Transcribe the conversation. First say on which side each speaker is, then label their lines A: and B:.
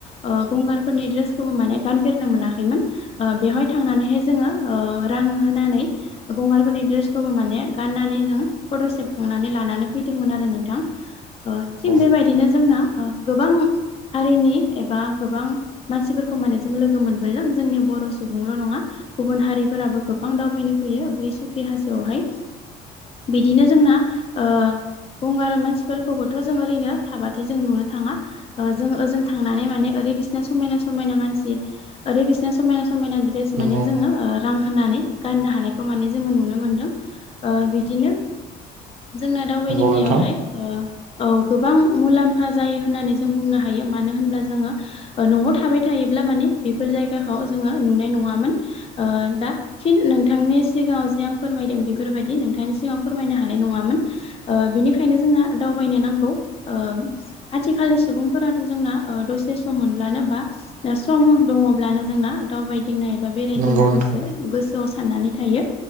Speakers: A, on the left (about 35°); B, on the right (about 50°).
A: ओ गंगारफोरनि ड्रेसखौबो माने गानफेरनो मोनाखैमोन ओ बेवहाय थांनानैहाय जोङो ओ रां होनानै ओ गंगारफोरनि ड्रेसखौबो माने गाननानै जों फट' सेबखांनानै लानानै फैदोंमोन आरो नोंथां। ओ
B: नंगौ
A: थिग बेबायदिनो जोंना ओ गोबां हारिनि एबा गोबां मानसिफोरखौ माने जों लोगो मोनबोदों जोंनि बर' सुबुंल' नङा गुबुन हारिफोराबो गोबां दावबायनो फैयो बै सुखि हाजोआवहाय। बिदिनो जोंना ओ गंगाराम मानसिफोरखौबोथ' जों ओरैनो थाबाथाय जों नुनो थाङा ओ जोङो ओजों थांनानै माने ओद रै बिसना समायना समायना मानसि ओरै बिसना समायना स समायना द्रेस माने
B: नंगौ
A: जोङो ओ रां होनानै गाननो हानाय खौ माने जोङो नुनो मोनदों ओ बिदिनो जोंना दावबायदिंनायावहाय
B: नंगौ नोंथां
A: ओ औ गोबां मुलाम फा जायो होन्नानै जों बुंनो हायो मानो होनब्ला जोङो ओ न'आव थाबाय थायोब्ला माने बेफोर जायगाखौ <unintelligible> ओजोङो नुनाय नङामोन ओ दा फिन नोंथांनिस सिगाङाव जे आं फोरमायदों बेफोरबायदि नोंथांनि सिगाङाव फोरमायनो हानाय नङामोन ओ बिनिखायनो जोंना दाउ बायनो नांगौ ओं आथिखालनि सुबुंफोराथ' जोंना ओ दसे सम मोनब्लानो बा ओ सम दङ'ब्लानो जोंना दावबायदिंनो एबा बेरायदिंनोखौसो
B: नंगौ नोंथां
A: गोसोआव साननानै थायो